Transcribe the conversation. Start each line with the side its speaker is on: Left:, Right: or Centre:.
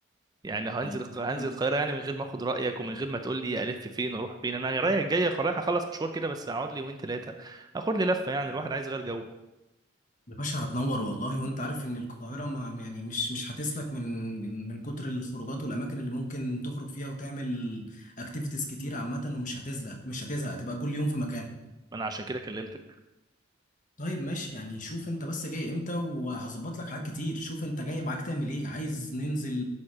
Right: يعني هنزل
Left: والله
Right: الق- هنزل
Left: كده.
Right: القاهرة يعني من غير ما اخد رأيك ومن غير ما تقول لي الف فين واروح فين انا رايح جاي رايح اخلص مشوار كده بس اقعد لي يومين ثلاثة اخد لي لفة يعني الواحد عايز غير جو
Left: يا باشا هتنور والله وانت عارف ان القاهرة ما يعني مش مش هتسلك من من من كتر الخروجات والاماكن اللي ممكن تخرج فيها وتعمل اكتيفيتيز كتير عامة ومش هتزهق مش هتزهق هتبقى كل يوم في مكان
Right: انا عشان كده كلمتك
Left: طيب ماشي يعني شوف انت بس جاي امتى وهظبط لك حاجات كتير شوف انت جاي معاك تعمل ايه عايز ننزل